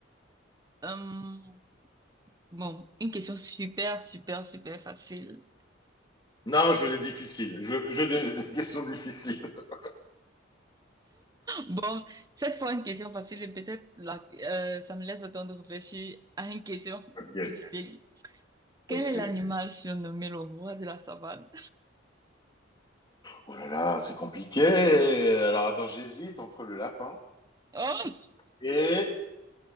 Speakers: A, on the right (about 20°); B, on the left (about 25°).
A: Euh, bon, une question super, super, super facile.
B: Non, je veux des difficiles. Je veux, je veux des, <laughs> des questions difficiles. <laughs>
A: Bon, cette fois, une question facile et peut-être la- euh, ça me laisse le temps de réfléchir à une question
B: Ok,
A: difficile. Quel
B: ok.
A: est l'animal surnommé le roi de la savane?
B: Oh là là, c'est compliqué. Alors attends, j'hésite entre le lapin
A: <laughs> Oh!
B: et,